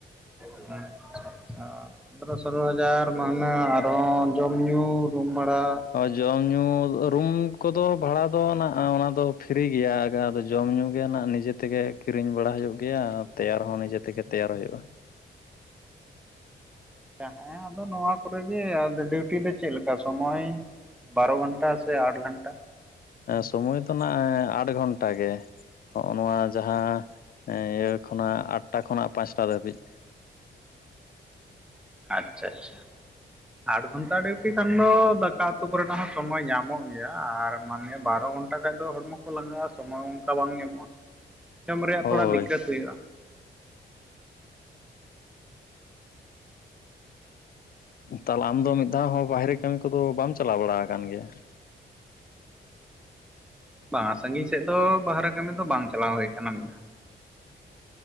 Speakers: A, in the centre; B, on the left.
A: <inaudible> ᱟᱪᱪᱷᱟ ᱯᱚᱱᱫᱨᱚ ᱥᱳᱞᱳ ᱦᱟᱡᱟᱨ ᱢᱟᱦᱱᱟᱹ ᱟᱨᱦᱚᱸ ᱡᱚᱢ ᱧᱩ ᱨᱩᱢ ᱵᱷᱟᱲᱟ
B: ᱦᱳᱭ᱾ ᱡᱚᱢ ᱧᱩ ᱨᱩᱢ ᱠᱚᱫᱚ ᱵᱷᱟᱲᱟ ᱫᱚ ᱱᱟᱜ ᱚᱱᱟ ᱫᱚ ᱯᱷᱤᱨᱤ ᱜᱮᱭᱟ ᱟ ᱟᱫᱚ ᱡᱚᱢ ᱧᱩ ᱜᱮ ᱱᱟᱜ ᱱᱤᱡᱮ ᱛᱮᱜᱮ ᱠᱤᱨᱤᱧ ᱵᱟᱲᱟ ᱦᱩᱭᱩᱜ ᱜᱮᱭᱟ, ᱛᱮᱭᱟᱨ ᱦᱚᱸ ᱱᱤᱡᱮ ᱛᱮᱜᱮ ᱛᱮᱭᱟᱨ ᱦᱩᱭᱩᱜᱼᱟ ᱾
A: ᱛᱟᱦᱮᱸ ᱟᱫᱚ ᱱᱚᱣᱟ ᱠᱚᱨᱮᱜᱮ ᱟᱫᱚ ᱰᱤᱭᱩᱴᱤ ᱫᱚ ᱪᱮᱫ ᱞᱮᱠᱟ ᱥᱚᱢᱚᱭᱼᱼ ᱵᱟᱨᱚ ᱜᱷᱚᱱᱴᱟ ᱥᱮ ᱟᱴ ᱜᱷᱚᱱᱴᱟᱼᱼ
B: ᱥᱚᱢᱚᱭ ᱫᱚ ᱱᱟᱜ ᱟᱴ ᱜᱷᱚᱱᱴᱟ ᱜᱮ ᱾ ᱦᱚᱜᱼᱚ ᱱᱚᱣᱟ ᱡᱟᱦᱟᱸ ᱤᱭᱟᱹ ᱠᱷᱚᱱᱟᱜ ᱟᱴᱴᱟ ᱠᱷᱚᱱᱟᱜ ᱯᱟᱸᱪᱴᱟ ᱫᱷᱟᱹᱵᱤᱡ ᱾
A: ᱟᱪᱪᱷᱟ ᱟᱪᱪᱷᱟ ᱾ ᱟᱴ ᱜᱷᱚᱱᱴᱟ ᱰᱤᱭᱩᱴᱤ ᱠᱷᱟᱱ ᱫᱚ ᱫᱟᱠᱟ ᱩᱛᱩ ᱠᱚᱨᱮᱱᱟᱜ ᱦᱚᱸ ᱥᱚᱢᱚᱭ ᱧᱟᱢᱚᱜ ᱜᱮᱭᱟ, ᱟᱨ ᱢᱟᱱᱮ ᱵᱟᱨᱳ ᱜᱷᱚᱱᱴᱟᱼᱼ ᱜᱷᱚᱱᱴᱟ ᱠᱷᱟᱱ ᱫᱚ ᱦᱚᱲᱢᱚ ᱠᱚ ᱞᱟᱱᱜᱟᱜᱼᱟ ᱥᱚᱢᱚᱭ ᱚᱱᱠᱟ ᱵᱟᱝ ᱧᱟᱢᱚᱜᱼᱟ, ᱡᱚᱢ ᱨᱮᱭᱟᱜ
B: ᱦᱳᱭ
A: ᱛᱷᱚᱲᱟ ᱫᱤᱠᱠᱟᱛ ᱦᱩᱭᱩᱜᱼᱟ ᱾
B: ᱛᱟᱦᱚᱞᱮ ᱟᱢ ᱫᱚ ᱢᱤᱫ ᱫᱷᱟᱣ ᱦᱚᱸ ᱵᱟᱭᱨᱮ ᱠᱟᱹᱢᱤ ᱠᱚᱫᱚ ᱵᱟᱢ ᱪᱟᱞᱟᱣ ᱵᱟᱲᱟ ᱟᱠᱟᱱ ᱜᱮᱭᱟ?
A: ᱵᱟᱝᱟ ᱥᱟᱺᱜᱤᱧ ᱥᱮᱫ ᱫᱚ ᱵᱟᱦᱨᱮ ᱠᱟᱹᱢᱤ ᱫᱚ ᱵᱟᱝ ᱪᱟᱞᱟᱣ ᱦᱩᱭ ᱟᱠᱟᱱᱟ ᱢᱤᱫ ᱫᱷᱟᱣ ᱾